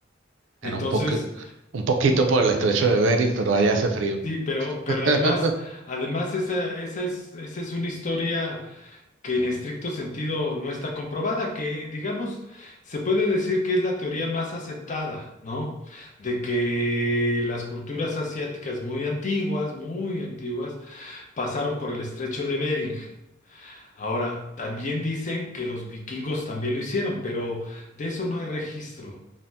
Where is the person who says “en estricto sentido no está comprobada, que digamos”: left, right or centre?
Left